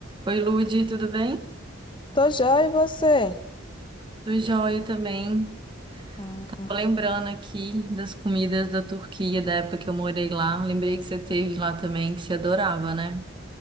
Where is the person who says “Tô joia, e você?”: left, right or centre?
Left